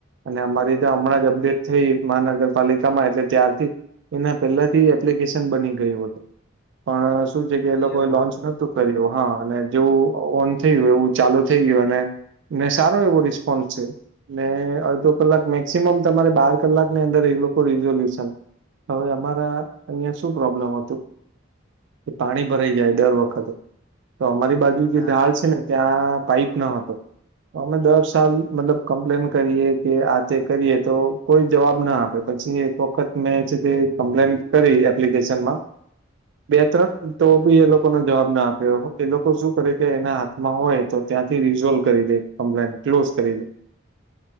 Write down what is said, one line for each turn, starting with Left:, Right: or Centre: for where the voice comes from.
Right: અને અમારી તો હમણાં જ અપડેટ થઈ મહાનગરપાલિકામાં એટલે ત્યારથી એના પહેલાથી એપ્લિકેશન બની ગયું હતું, પણ શું છે કે એ લોકો
Left: એવું
Right: એ લોન્ચ
Left: હતું
Right: નોતું કર્યું હા અને જેવુ ઓન થયું એવું ચાલુ થઈ ગયું અને ને સારો એવો રિસ્પોન્સ છે ને અડધો કલાક મેક્સિમમ તમારે બાર કલાકની અંદર એ લોકો રિઝોલ્યુશન હવે અમારા અહિયાં શું પ્રોબ્લમ હતું કે પાણી ભરાઈ જાય દર વખતે, તો અમારી બાજુ જે
Left: હા
Right: ઢાળ છે ને ત્યાં પાઇપ ના હતો, અમે દર સાલ મતલબ કમ્પ્લેન કરીએ કે આ તે કરીએ તો કોઈ જવાબ ન આપે, પછી એક વખત મેં છેતે કમ્પલેન. કરી એપ્લિકેશન માં, બે ત્રણ તો બી એ લોકોનો જવાબ ના આપ્યો એ લોકો શું કરે કે એના હાથમાં હોય, તો ત્યાંથી રીઝોલ્વ કરી દે કમ્પલેન ક્લોઝ કરી દે,